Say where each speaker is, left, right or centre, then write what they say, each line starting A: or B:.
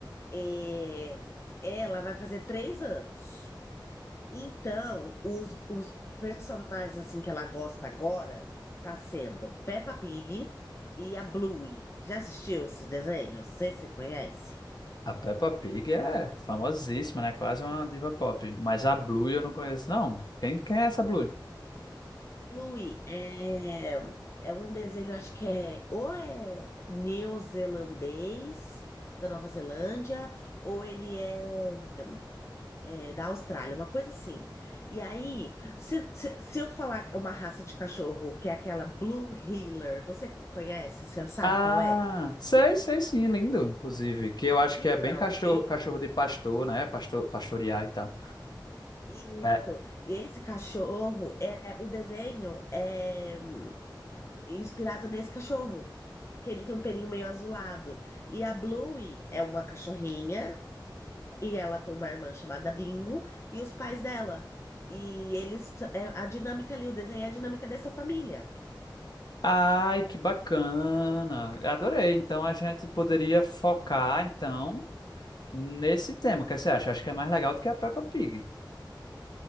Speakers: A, on the left; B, on the left.
A: É, Ela vai fazer três anos. Então, os, os personagens assim que ela gosta agora tá sendo Peppa Pig e a Bluey. Já assistiu esses desenhos? Você se conhece?
B: A Peppa Pig é famosíssima, né? Quase uma diva pop. Mas a Blue eu não conheço, não. Quem, quem é essa Blue?
A: Bluey é, é um desenho, acho que é ou é neozelandês da Nova Zelândia ou ele é, é, da Austrália, uma coisa assim. E aí, se, se, se eu falar uma raça de cachorro que é aquela Blue Heeler, você conhece? Você sabe
B: Ah,
A: qual é?
B: sei, sei sim, lindo, inclusive. Que eu acho
A: Então,
B: que é bem cachorro,
A: e-
B: cachorro de pastor, né? Pastor, pastorear e tal.
A: isso.
B: É.
A: E esse cachorro, é o desenho é inspirado nesse cachorro, que ele tem um pelinho meio azulado. E a Bluey é uma cachorrinha, e ela tem uma irmã chamada Bingo, e os pais dela. E eles, é a dinâmica ali, o desenho é a dinâmica dessa família.
B: Ai, que bacana. Adorei. Então a gente poderia
A: Hum,
B: focar, então, nesse tema. O que você acha? Acho que é mais legal do que a Peppa Pig.